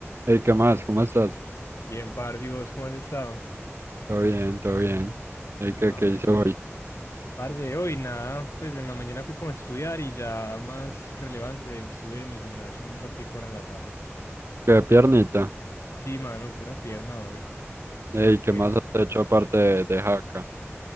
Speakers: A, on the right (about 60°); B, on the left (about 70°).
A: Hey, ¿qué más? ¿Cómo estás?
B: Bien, parce, ¿y vos cómo has estado?
A: Todo bien, todo bien. Hey,
B: Ah,
A: ¿qué, qué
B: bueno.
A: hice hoy?
B: Parce, hoy nada, pues en la mañana fui como a estudiar y ya más relevante, estuve en el gimnasio un ratico ahora en la tarde.
A: ¿Qué piernita?
B: Sí, mano, pura pierna hoy.
A: Hey,
B: ¿Y vos
A: ¿qué
B: qué?
A: más has hecho aparte de, de jaca?